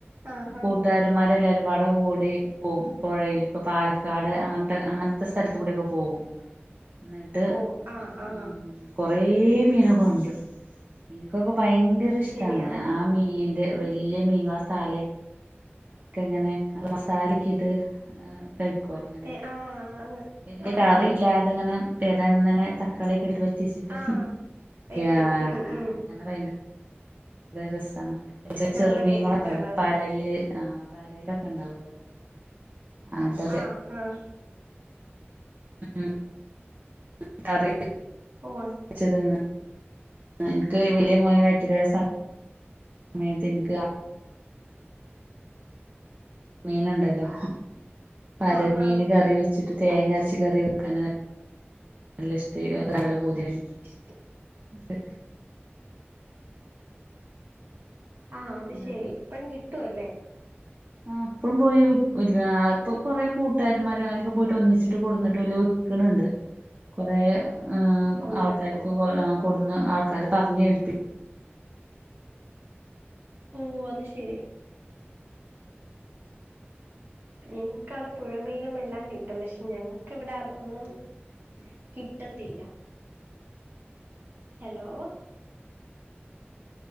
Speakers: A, on the right; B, on the right.
A: ആ ആ
B: കൂട്ടുകാരന്മാരെല്ലരും പടക്കൂടി. പോവും പുഴയിലൊക്കെ പാലക്കാട് അങ്ങനത്തെ അങ്ങനത്തെ സ്ഥലത്തൂടൊക്കെ പോകും. എന്നിട്ട്
A: പോവും ആ ആ
B: ഉം കൊറെ മീനെ കൊണ്ടരും. എനിക്കൊക്കെ ഭയങ്കര
A: അത്
B: ഇഷ്ടാണ്,
A: ശരി
B: ആ മീന്റെ വല്യ <unintelligible> തല <unintelligible> ക്കിങ്ങനെ നല്ല മസാലേക്കിട്ട് എഹ് കഴിക്കൂലിങ്ങനെ
A: തെ ആ അത്
B: വല്യ
A: ആ
B: കറി
A: ആ
B: ഇല്ലാതെ ഇങ്ങനെ <unintelligible> തക്കാളിക്കെ <unintelligible> ച്ചിട്ട്
A: ആ വെക്കും
B: ആഹ്
A: ഉം ഉം
B: അങ്ങനെ വയങ്ക ര രസാണ്, <unintelligible> ചെറുമീനുകള്
A: നല്ല ടേസ്റ്റ്
B: ഉണ്ടാവുല്ലോ
A: ആണത്
B: പരല്, ആഹ് പരലൊക്കെ ഉണ്ടാവുവല്ലോ അതൊ
A: ആഹ് ആഹ്
B: മ് <unintelligible> കറി <unintelligible>
A: <unintelligible>
B: ച്ചതെന്ന് ആ എന്ക്ക് വലിയ മോനെ വയറ്റിലായ സ സമയത്തിന്ക്കാ മീന് ഉണ്ടല്ലോ പരൽ
A: ആ
B: മീന്
A: ആ
B: കറി വെ ച്ചിട്ട് തേങ്ങ
A: അത്
B: അരച്ച് കറി വെക്കാന് നല്ല ഇഷ്ട നല്ല പൂതിയാണ്‌.
A: ഇഷ്ട
B: അ
A: ആഹ് അത് ശരി
B: എന്നിട്ട്
A: ഇപ്പഴും കിട്ടുല്ലേ.
B: ആഹ് അപ്പോഴും പോയി <unintelligible> അപ്പോ കൊറെ കൂട്ടുകാരമാര് അങ്ങനെയൊക്കെ പോയിട്ട് ഒന്നിച്ചിട്ട് കൂടുന്നിട്ട് <unintelligible> ക്ക്ണ്ണ്ട് കൊറേ ഏഹ്
A: ഉണ്ട്
B: ആൾക്കാർക്ക്
A: ഓ
B: കൊ ആഹ് കൊടുന്ന് ആൾക്കാര് തമ്മി അടിപ്പി
A: ഓഹ് അത് ശെരി. നിങ്ങ്ക്കവിടെ പുഴ മീനും എല്ലാം കിട്ടും, പക്ഷേ ഞങ്ങക്കിവിടെ അതൊന്നും കിട്ടത്തില്ല. ഹലോ